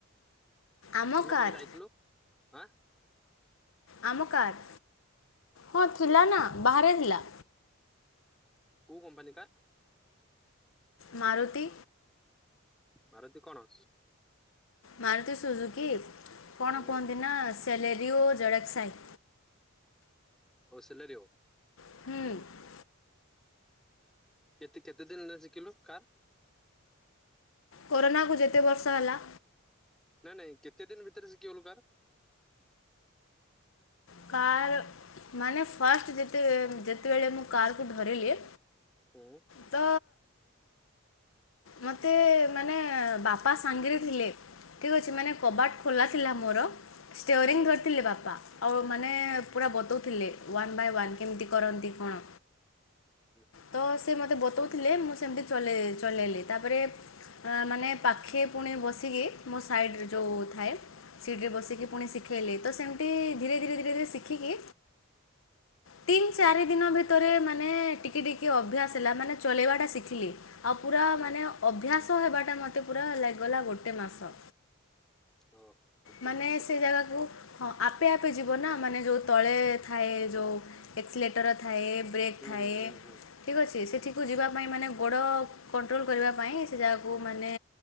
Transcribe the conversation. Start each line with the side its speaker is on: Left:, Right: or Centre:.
Left: ଆମ
Centre: ଆମେ
Left: କାର୍
Centre: ଯେବେ ଯାଇଥିଲୁ। ଆଁ
Left: ଆମ କାର୍। ହଁ ଥିଲା ନା, ବାହାରେ ଥିଲା।
Centre: କୋଉ କମ୍ପାନୀ କାର୍?
Left: ମାରୁତି
Centre: ମାରତୀ କଣ?
Left: ମାରୁତି ସୁଜୁକି କଣ
Centre: ହୁଁ
Left: କୁହନ୍ତି ନା ସ୍ୟାଲାରୀ ଓ ଜଡ଼କ୍ ସାହି?
Centre: ଓ ସିଲାରୀ
Left: ହୁଁ।
Centre: କେତେ, କେତେ ଦିନ ହେଲା ଶିଖିଲୁ କାର୍।
Left: କରୋନାକୁ ଯେତେ ବର୍ଷ ହେଲା।
Centre: ନାଇଁ ନାଇଁ କେତେ ଦିନ ଭିତରେ ଶିଖିଗଲୁ କାର୍।
Left: କାର୍ ମାନେ ଫାଷ୍ଟ୍ ଯେତେ ଯେତେବେଳେ ମୁଁ କାରକୁ ଧରିଲେ
Centre: ହୁଁ।
Left: ତ ମୋତେ ମାନେ ବାପା ସାଙ୍ଗରେ ଥିଲେ। ଠିକ୍ ଅଛି, ମାନେ କବାଟ ଖୋଲା ଥିଲା ମୋର। ଷ୍ଟେୟରିଙ୍ଗ୍
Centre: ହୁଁ
Left: ଧରିଥିଲେ ବାପା। ଆଉ ମାନେ
Centre: ହୁଁ
Left: ପୁରା ବତଉଥିଲେ ୱାନ୍ ବାଇ ୱାନ୍ କେମିତି କରନ୍ତି କଣ?
Centre: ହୁଁ
Left: ତ ସେ ମତେ ବତଉଥିଲେ। ମୁଁ ସେମିତି ଚଲେଇ ଚଲେଇଲି। ତାପରେ ମାନେ ପାଖେ ପୁଣି ବସିକି, ମୋ ସାଇଡ଼ ଯୋଉ ଥାଏ। ସିଟ୍ରେ ବସିକି
Centre: ହୁଁ
Left: ପୁଣି ଶିଖେଇଲେ। ତ, ସେମିତି ଧିରେ ଧିରେ ଧିରେ ଧିରେ ଶିଖିକି ତିନ୍ ଚାରି ଦିନ ଭିତରେ ମାନେ ଟିକେ ଟିକେ ଅଭ୍ୟାସ ହେଲା ମାନେ ଚଲେଇବାଟା ଶିଖିଲି। ଆଉ ପୁରା
Centre: ହୁଁ
Left: ମାନେ ଅଭ୍ୟାସ ହେବାଟା ମତେ ପୁରା ଲାଗି ଗଲା ଗୋଟେ ମାସ।
Centre: ଓ ଗୋଟେ
Left: ମାନେ
Centre: ମାସ
Left: ସେ
Centre: ପୁରା
Left: ଜାଗାକୁ ହଁ ଆପେ ଆପେ ଯିବ ନା ମାନେ ଯୋଉ ତଳେ ଥାଏ ଯୋଉ ଏକ୍ସିଲେଟର୍ ଥାଏ। ବ୍ରେକ୍
Centre: ହୁଁ
Left: ଥାଏ।
Centre: ହୁଁ ହୁଁ ହୁଁ।
Left: ଠିକ୍ ଅଛି। ସେଠିକୁ ଯିବା ପାଇଁ ମାନେ ଗୋଡ କ କଣ୍ଟ୍ରୋଲ୍ କରିବା ପାଇଁ ସେ ଯାଗାକୁ ମାନେ